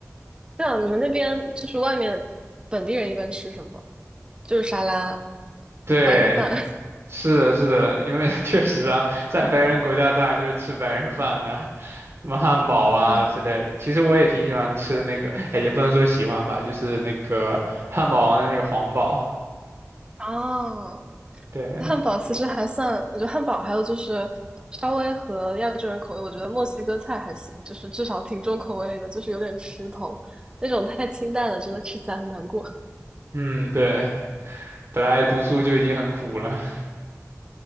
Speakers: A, on the right (about 15°); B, on the right (about 50°).
A: 对啊，你们那边就是外面本地人一般吃什么？就是沙拉、
B: 对。
A: 白人饭。<laughs>
B: 是的，是的，因为 <laughs> 确实啊，在白人国家当然就是吃白人饭呐、什么汉堡啊之类的。
A: 嗯，
B: 其实我也挺喜欢吃那个，哎，也不能说喜欢吧，就是那个汉堡王的那个黄堡。
A: 哦，
B: 对，
A: 汉堡其实还算，我觉得汉堡还有就是稍微和亚洲人口味，我觉得墨西哥菜还行，就是至少挺重口味的，就是有点吃头，那种太清淡了，真的吃起来很难过。
B: 嗯，对，本来读书就已经很苦了，